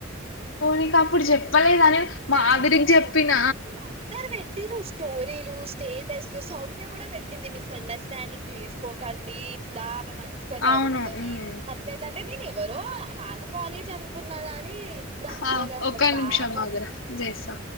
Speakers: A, on the left; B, on the right.
A: నీకు అప్పుడు చెప్ అవ్వలేదని
B: లేదు
A: మావిరించి చెప్పిన
B: వీళ్ళు అందరు స్టోరీలు స్టేటస్లు సౌమ్య కూడా పెట్టింది మిస్ అండర్స్టాండింగ్ చేసుకోకండి ఇట్లా ఆమె మంచిగా చదువుతది
A: అవును ఉమ్
B: అట్లెట్లఅన్ అేది నేవరో వాళ్లకు వాళ్లే చదువుకున్నార అన్ తీ ఇట్లా అనుకోలే
A: ఆ
B: అసలు
A: ఒక్క
B: పాపం
A: నిమిషం ఆగురా చేస్తా